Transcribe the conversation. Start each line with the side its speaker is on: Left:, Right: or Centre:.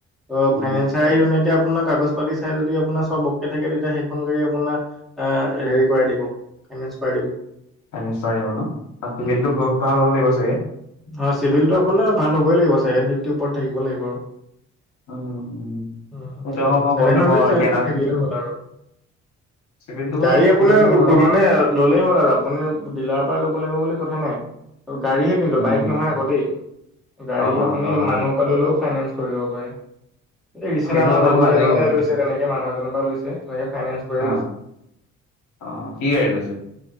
Centre: অ
Left: উম
Centre: ফাইনেঞ্চ চাই ধুনিয়াকে আপোনাৰ কাগজ পাতি চাই যদি আপোনাৰ চব অ'কে থাকে, তেতিয়া সেইখন গাড়ী আপোনাৰ আহ' হেৰি কৰাই দিব ফাইনেন্স কৰাই দিব।
Left: নিশ্চয় আহিব ন, চিভিলটো
Centre: উম
Left: বহুত ভাল হ'ব লাগিব চাগে।
Centre: হয় চিভিলটো আপোনাৰ ভাল হ'বই লাগিব, ছেভেন ফিফটিৰ ওপৰত থাকিব লাগিব আৰু।
Left: উম উম
Centre: উম'
Left: সেইটো
Centre: তেনেকুৱা,
Left: আকৌ মই
Centre: চছেভেন
Left: গম নাপাওঁ
Centre: হানড্ৰেড, চছেভেন
Left: এতিয়া
Centre: ফিফটি
Left: আজি
Centre: থাকিলে হ'ল আৰু।
Left: চিভিলটো বাৰু
Centre: গাড়ী
Left: প্ৰব্লেম
Centre: আপোনাৰ
Left: নাই বাৰু।
Centre: মানে ল'লেই হ'ল আৰু আপুনি, ডিলাৰৰ পৰাই ল'ব লাগিব বুলি কথা নাই। গাড়ীহে কিন্তু
Left: উম,
Centre: বাইক নহয় আকৌ দেই, গাড়ী
Left: অ',
Centre: আপুনি
Left: অ', অ',
Centre: মানুহ পা ল'লেও ফাইনেন্স কৰি ল'ব পাৰে। এই ৰিচেণ্ট
Left: সেইটো
Centre: আমাৰ
Left: কথা
Centre: লগৰ
Left: মই আজিয়ে
Centre: এনে
Left: গম পাইছো
Centre: লৈছে তেনেকে, মানুহ এজনৰ পৰা লৈছে তেনেকে ফাইনেন্স কৰিয়ে
Left: অ',
Centre: লৈছে।
Left: অ কি গাড়ী লৈছে?